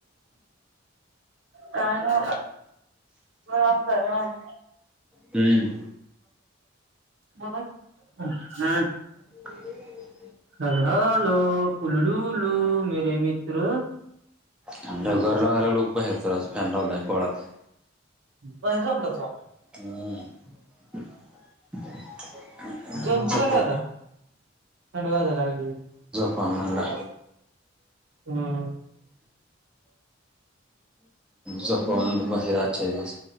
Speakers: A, on the right; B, in the centre.
A: काय नाइ म, निवांत
B: तन
A: बोला की,, हम्.
B: ह् <unintelligible>
A: हॅल, हॅलो उललुलू मेेरे मित्र
B: म्हणजे घर लावगयला लोक बाहेर तर फॅन लावलाय बोळात
A: बरबलाच <unintelligible>
B: हम्म
A: जोप
B: झोपा
A: घर आता, थंड वाजाय लागली
B: पावनला
A: हम्म
B: झोपाव म्हणलं भाईर आजच्या दिवस